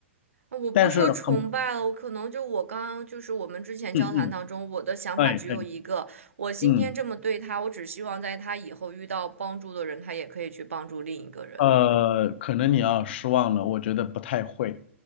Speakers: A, on the right; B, on the left.
A: 我不说崇拜了，
B: 但是很，
A: 我可能就我刚刚就是我们之前交谈当中，
B: 嗯嗯，
A: 我的想法只有一个，
B: 哎哎，
A: 我今天这么对他，
B: 嗯。
A: 我只希望在他以后遇到帮助的人，他也可以去帮助另一个人。
B: 呃，可能你要失望了，我觉得不太会。